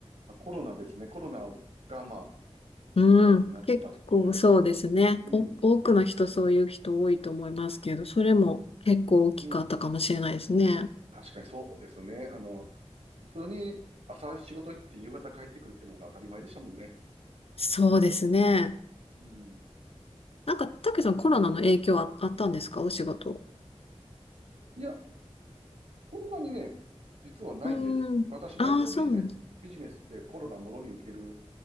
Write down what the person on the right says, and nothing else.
まあコロナですね。コロナが、まあ、
転換期になったっていう。
うん、
うん。確かにそうですね。あの、普通に朝仕事行って夕方帰ってくるっていうのが当たり前でしたもんね。
うん。
ね。
いや、そんなにね、実はないんです。
私のやってるビジネス、
ビジネスってコロナもろに受ける